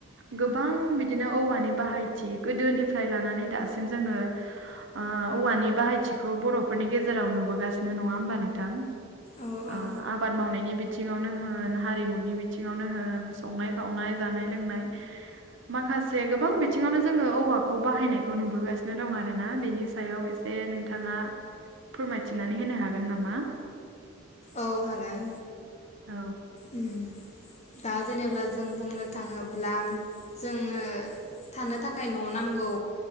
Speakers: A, on the right (about 60°); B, on the left (about 30°).
A: गोबां बिदिनो औवानि बाहायथि गोदोनिफ्राय लानानै दासिम जोङो ओ औवानि बाहायथिखौ बर'फोरनि गेजेराव नुबोगासिनो नङा होमबा नोंथां?
B: औ
A: <unintelligible>
B: औ
A: आबाद मावनायनि बिथिङावनो होन हारिमुनि बिथिङावनो होन संनाय खावनाय जानाय लोंनाय माखासे गोबां बिथिङावनो जोङो औवाखौ बाहायनायखौ नुबोगासिनो दं आरो ना बेनि सायाव एसे जे नोंथाङा फोरमायथिनानै होनो हागोन नामा?
B: औ हागोन
A: औ।
B: उम दा जेनेबृला जों बुंनो थाङोब्ला जोनो थानो थाखाय न' नांगौ।